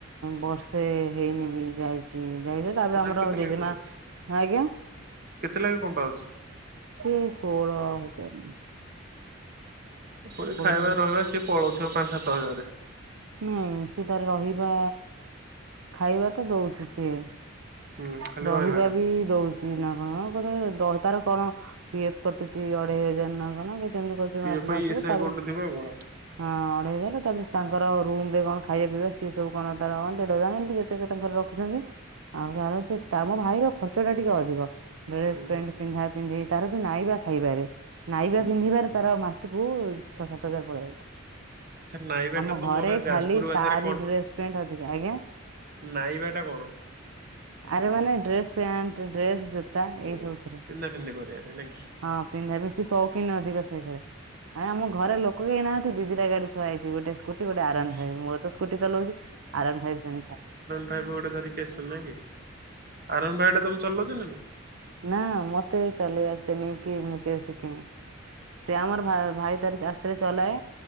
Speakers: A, on the right (about 80°); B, on the right (about 45°).
A: ବର୍ଷେ ହେଇନି ବି ଯାଇଚି। ଯାଇଚି, ତାପରେ
B: ତଥାପି
A: ଆମର
B: କେତେ ଲେଖା
A: ଜେଜେମା
B: ପାଉଛୁ?
A: ଆଜ୍ଞା।
B: କେତେ ଲେଖା କଣ ପାଉଛି
A: ସେ ଷୋହଳ ହଜାର ନ।
B: ପୁଣି ଖାଇବା,
A: ପାଉଛି
B: ରହିବା ସିଏ ପଳଉଥିବ ପାଞ୍ଚ, ସାତ ହଜାରେ।
A: ନାଇଁ, ସିଏ ତାର ରହିବା, ଖାଇବା ତ ଦଉଚି ସିଏ।
B: ହୁଁ
A: <unintelligible>
B: ଖାଲି ରହିବାଟା
A: <unintelligible>
B: P F I S I କରୁଥିବ ଆଉ କଣ
A: ହଁ ଅଢେଇ ହଜାର, ତାପରେ ତାଙ୍କର ରୁମ୍ ରେ କଣ ଖାଇବା, ପିଇବା ସିଏ ସବୁ କଣ ତାର ଦେଢ ହଜାର ଏମିତି କେତେ ତାଙ୍କର। <unintelligible> ସେ ମୋ ଭାଇର ଖର୍ଚ୍ଚ ଟା ଟିକେ ଅଧିକ। ଡ୍ରେସ
B: ହୁଁ ହୁଁ
A: ପ୍ୟାଣ୍ଟ ପିନ୍ଧା ପିନ୍ଧି ତାର ଯୋଉ ନାଇବା ଖାଇବାରେ। ନାଇବା
B: ହୁଁ
A: ପିନ୍ଧିବାରେ
B: ହୁଁ। ହୁଁ।
A: ତାର ମାସକୁ ଛଅ, ସାତ ହଜାର ପଳାଇ ଯାଉଚି।
B: ଆଚ୍ଛା ନାଇବା
A: ଆମ
B: ଟା ତମର
A: ଘରେ ଖାଲି
B: ଯାଜପୁର ଭାଷାରେ
A: ତାରି ଡ୍ରେସ, ପେଣ୍ଟ ଅଧିକା। ଆଜ୍ଞା।
B: ନାଇବାଟା କଣ?
A: ଆରେ ମାନେ ଡ୍ରେସ, ପ୍ୟାଣ୍ଟ, ଡ୍ରେସ, ଜୋତା।
B: <unintelligible>
A: ଏଇ ସବୁଥିରେ ହଁ, ପିନ୍ଧା ବେଶି ସଉ କିନ୍ ଅଧିକ ସେଇଥିରେ। ଆଜ୍ଞା, ଆମ ଘରେ ଲୋକ କେହି ନାହାନ୍ତି ଦି ଦିଟା ଗାଡି ଥୁଆ ହେଇଚି। ଗୋଟେ ସ୍କୁ। ଗୋଟେ
B: ଲାଗି
A: ଆରୱାନଫାଇଭ। ମୋର ତ ସ୍କୁଟି ଚଲଉଚି ଆରୱାନଫାଇଭ ସେମିତି ଥାଏ।
B: ଭାଇ ବି ଗୋଟେ ଧରିକ ଆସିବ ନାଇ କି? ଆରୱାନଫାଇଭ ଟା ତମେ ଚଲଉଚ ନାଁ ନାଇ?
A: ନା, ମତେ ଚଲେଇ ଆସେନି କି ମୁଁ କେବେ ଶିଖିନି। ସେ ଆମର ଭାଇ ତାର ଆସିଲେ ଚଲାଏ,